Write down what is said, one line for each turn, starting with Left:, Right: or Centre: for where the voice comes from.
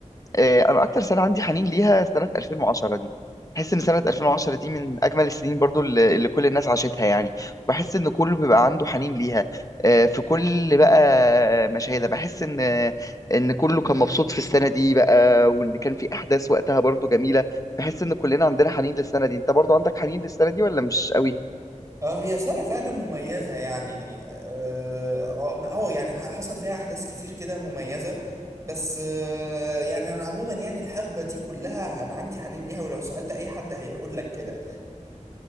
Left: آه، أنا أكتر سنة عندي حنين ليها سنة 2010 دي بحس إن سنة 2010 دي من أجمل السنين برضو اللي اللي كل الناس عاشتها يعني بحس إن كله بيبقى عنده حنين ليها آه، في كل بقى مشاهدة بحس إن إن كله كان مبسوط في السنة دي بقى وإن كان في أحداث وقتها برضو جميلة بحس إن كلنا عندنا حنين للسنة دي أنت برضو عندك حنين للسنة دي ولا مش قوي؟
Right: اه هي سنة فعلا مميزة يعني اه آه، آه، يعني ح- حصل فيها أحداث كتير كده مميزة بس آه، يعني أنا عموما يعني الحقبة دي كلها أنا عندي حنين ليها ولو سألت أي حد هيقول لك كده